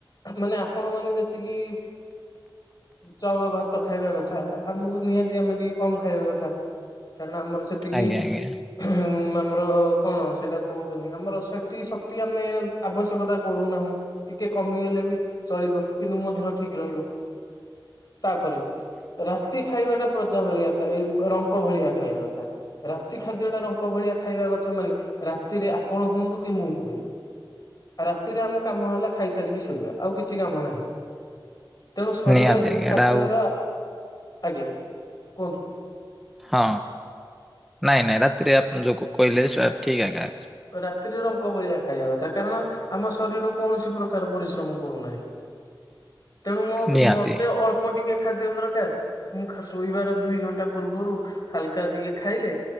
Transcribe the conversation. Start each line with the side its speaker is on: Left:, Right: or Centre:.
Left: ମାନେ ଆପଣ ମାନେ ଯେତିକି ଚାଉଳ ଭାତ ଖାଇବା କଥା ଆମକୁ ନିହାତି ଆମେ ଟିକେ କମ ଖାଇବା କଥା। କାରଣ ଆମର ସେତିକି।
Centre: ଆଜ୍ଞା ଆଜ୍ଞା
Left: ହୁଁ ଉଁ ଆମର କଣ ସେଇଟା କହୁଛନ୍ତି ଆମର ସେତିକ ଶକ୍ତି ଆମେ ଆବଶ୍ୟକତା କରୁନାହୁଁ ଟିକେ କମିଗଲେ ବି ଚଳିବ କିନ୍ତୁ ମୋ ଦେହ ଠିକ୍ ରହିବ। ତାପରେ ରାତି ଖାଇବା ଟା ପ୍ରଜା ଭଳିଆ ଖାଇ ରଙ୍କ ଭଳିଆ ଖାଇବା କଥା। ରାତି ଖାଦ୍ୟ ଟା ରଙ୍କ ଭଳିଆ ଖାଇବା କଥା ମାନେ ରାତିରେ ଆପଣ ହୁଅନ୍ତୁ କି ମୁଁ ହୁଏ। ରାତିରେ ଆମ କାମ ହେଲା ଖାଇସାରିକି ଶୋଇବା ଆଉ କିଛି କାମ ନାହିଁ। ତେଣୁ ଶରୀର
Centre: ନିହାତି
Left: ଏତେ
Centre: ଆଜ୍ଞା
Left: ଖାଦ୍ୟର
Centre: ଏଇଟା ଆଉ
Left: ଆଜ୍ଞା କୁହନ୍ତୁ।
Centre: ହଁ ନାଇଁ ନାଇଁ ରାତିରେ ଆପଣ ଯୋଉ କହିଲେ ସେଟା ଠିକ୍ ଆଗା
Left: ରାତିରେ ରଙ୍କ ଭଳିଆ ଖାଇବା କଥା କାରଣ ଆମ ଶରୀର କୌଣସି ପ୍ରକାର ପରିଶ୍ରମ କରୁନାହିଁ। ତେଣୁ ମୋ
Centre: ନିହାତି
Left: ମତେ ଅଳ୍ପ ଟିକେ ଖାଦ୍ୟ ଦରକାର୍। ମୁଁ ଶୋଇବାର ଦୁଇ ଘଣ୍ଟା ପୂର୍ବରୁ ହାଲକା ଟିକେ ଖାଇଲେ।